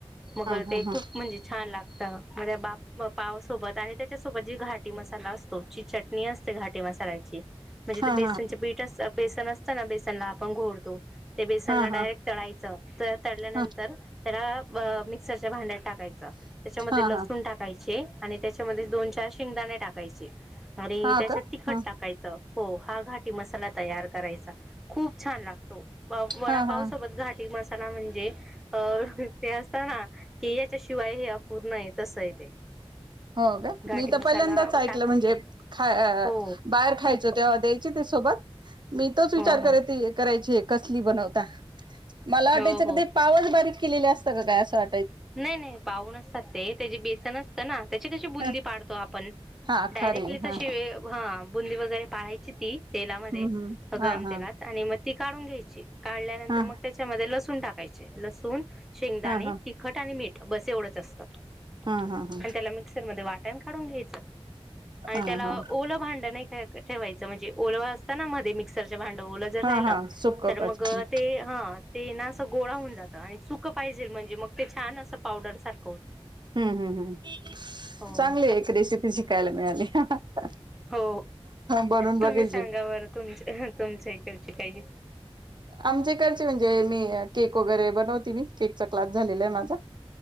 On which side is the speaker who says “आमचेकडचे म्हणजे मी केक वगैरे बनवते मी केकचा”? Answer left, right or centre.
Right